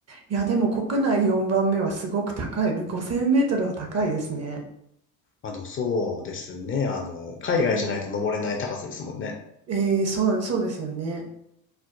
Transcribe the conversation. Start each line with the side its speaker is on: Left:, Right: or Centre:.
Right: や、でも国内4番目はすごく高い。5000メートルは高いですね。
Left: まあでもそうですね、あの、海外じゃないと登れない高さですもんね。
Right: うんえー、そう、そうですよね。